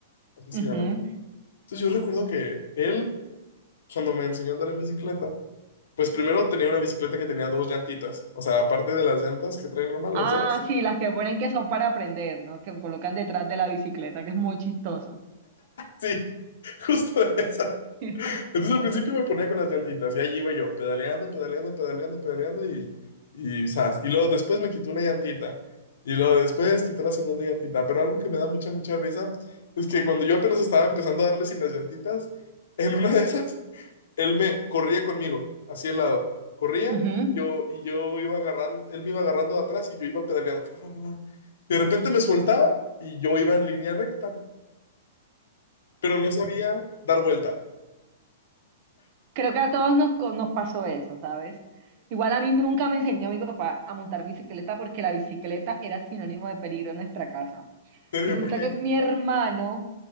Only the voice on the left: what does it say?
así se
llama.
Entonces yo recuerdo que él, cuando me enseñó a andar en bicicleta, Pues primero tenía una bicicleta que tenía dos llantitas. O sea, aparte de las llantas que traen normal,
las dos.
Sí, <laughs> justo esa.
Entonces al principio me ponía con las llantitas y allí iba yo, pedaleando, pedaleando, pedaleando, pedaleando y, y zas. Y luego después me quitó una llantita. Y luego después quitó la segunda llantita. Pero algo que me da mucha, mucha risa es que cuando yo apenas estaba empezando a darle sin las llantitas, en una de esas él me corría conmigo, así al lado. Corría
y yo, y yo iba agarrando, él me iba agarrando de atrás y yo iba pedaleando. Fa, fa, fa, fa. De repente me soltaba y yo iba en línea recta, pero no sabía dar vuelta.
¿En serio?
¿Por qué?